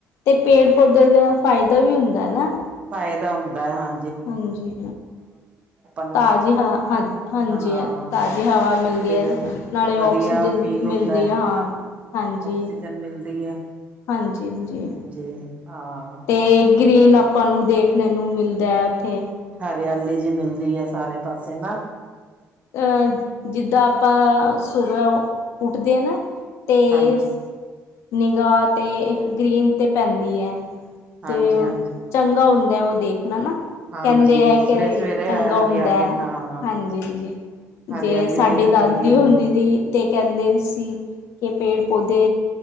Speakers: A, on the left; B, on the right.
A: ਤੇ ਪੇੜ ਪੌਦੇ ਦਾ ਫ਼ਾਇਦਾ ਵੀ ਹੁੰਦਾ ਐ ਨਾ।
B: ਫ਼ਾਇਦਾ ਹੁੰਦਾ ਹਾ
A: ਹਾਂਜੀ
B: ਨੂੰ
A: ਤਾਜ਼ੀ ਹਵਾ ਹਾਂ ਹ, ਹਾਂਜੀ
B: ਹਾਂ
A: ਆ, ਤਾਜ਼ੀ ਹਵਾ ਮਿਲਦੀ
B: ਤੇ
A: ਏਜੀ। ਨਾਲੇ
B: ਵਧੀਆ
A: ਔਕਸੀਜਨ
B: ਫੀਲ
A: ਮਿਲਦੀ
B: ਹੁੰਦਾ
A: ਆ
B: ਹੈ,
A: ਹਾਂ, ਹਾਂਜੀ।
B: ਆਕਸੀਜਨ ਮਿਲਦੀ ਐ।
A: ਹਾਂਜੀ-ਅਂਜੀ।
B: ਜਿੰਨੇ, ਹਾਂ।
A: ਤੇ ਗ੍ਰੀਨ ਆਪਾਂ ਨੂੰ ਦੇਖਨੇ ਨੂੰ ਮਿਲਦਾ ਏ, ਓਥੇ।
B: ਹਰਿਆਲੀ ਜੀ ਮਿਲਦੀ ਐ ਸਾਰੇ ਪਾਸੇ ਨਾ।
A: ਅ, ਜਿੱਦਾਂ ਆਪਾਂ ਸੁਬਹ ਉੱਠਦੇ ਆ ਨਾ। ਤੇਸ
B: ਹਾਂਜੀ,
A: ਨਿਗ੍ਹਾ ਤੇ ਗ੍ਰੀਨ ਤੇ ਪੈਂਦੀ ਐ।
B: ਹਾਂਜੀ,
A: ਤੇ
B: ਹਾਂਜੀ।
A: ਚੰਗਾ ਹੁੰਦਾ ਐ ਓ ਦੇਖਨਾ ਨਾ।
B: ਹਾਂਜੀ
A: ਕੈਂਦੇ ਐ
B: ਸਵੇ
A: ਕਿ
B: ਸਵੇਰੇ
A: ਚੰਗਾ
B: ਹਰਿਆਲੀ
A: ਹੁੰਦਾ ਐ
B: ਹਾਂ
A: ਹਾਂਜੀ-ਜੀ,
B: ਹਰਿਆਲੀ
A: ਜੇ ਸਾਡੀ
B: ਦੇਖਣੀ
A: ਦਾਂਦੀ
B: ਵਧੀਆ
A: ਹੁੰਦੀ ਦੀ ਤੇ ਕੈਂਦੇ ਵੀ ਸੀ ਕੇ ਪੇੜ-ਪੌਦੇ